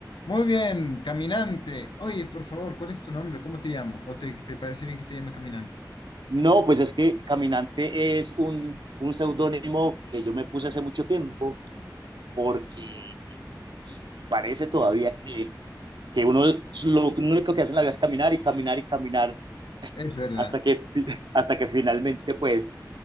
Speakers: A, on the left (about 80°); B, on the right (about 80°).
A: Muy bien, caminante. Oye, por favor, ¿cuál es tu nombre? ¿Cómo te llamo? ¿O te, te parece bien que te llame caminante?
B: No, pues es que Caminante es un, un seudónimo que yo me puse hace mucho tiempo porque parece, parece todavía que, que uno lo único que hace en la vida es caminar y caminar y caminar
A: Es verdad.
B: hasta que, fi- <laughs> hasta que finalmente pues